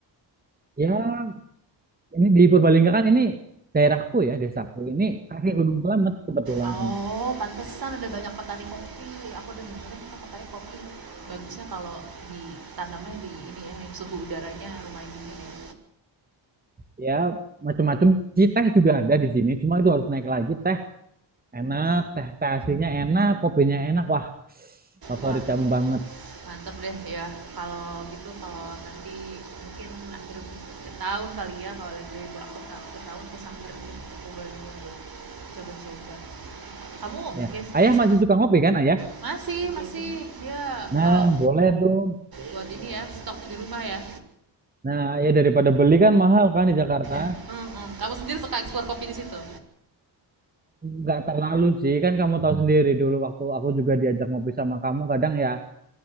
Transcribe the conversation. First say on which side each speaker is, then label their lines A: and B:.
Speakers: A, on the right; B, on the right.
A: Ya ini di Purbalingga kan ini daerahku ya desaku ini kaki Gunung Slamet kebetulan.
B: Oh, pantesan ada banyak petani kopi. Aku udah dengerin katanya kopi bagusnya kalau ditanamnya di ini ya, yang suhu udaranya lumayan dingin ya.
A: ya macam-macam sih teh juga ada di sini cuma itu harus naik lagi teh enak teh teh aslinya enak kopinya enak wah favorit
B: Wah,
A: kamu banget
B: mantep deh ya. Kalau gitu, kalau nanti mungkin akhir akhir tahun kali ya, kalau lagi libur aku akhir tahun aku samperin deh ke Purbalingga buat coba-coba. Kamu
A: ya
B: bias- biasa
A: ayah masih suka ngopi kan ayah
B: masih masih dia
A: nah
B: eh,
A: boleh tuh
B: buat ini ya, stok di rumah ya.
A: nah ya daripada beli kan mahal kan di Jakarta
B: Mm-mm. Kamu sendiri suka ekspor kopi di situ?
A: nggak terlalu sih kan kamu tahu sendiri dulu waktu aku juga diajak ngopi sama kamu kadang ya